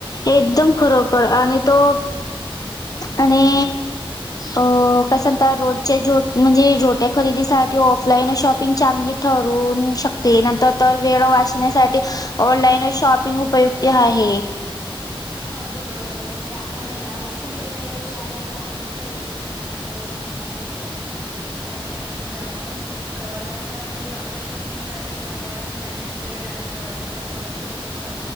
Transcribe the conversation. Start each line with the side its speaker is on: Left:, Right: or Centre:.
Left: एकदम खरोखर आणि तो आणि
Right: <inaudible>
Left: अ काय सांगता रोजचे जो म्हणजे झोट्या खरेदीसाठी ऑफलाईन शॉपिंग चांगली ठरू शकते नंतर तर वेळ वाचण्यासाठी ऑनलाईन व शॉपिंग उपयुक्त आहे
Right: अगदी बरोबर म्हणजे आपण हे ना वस्तूमध्येध्ये काही दोष आल्या तर आपण खरंच वस्तू दुकानावर जाऊन ऑफलाईन शॉपिंग साठी आपण जाऊन प्रवासात म्हणजे ऑफलाईन शॉपिंग साठी बाजारात जाण्यास वेळ आणि प्रवासाचा खर्च होतो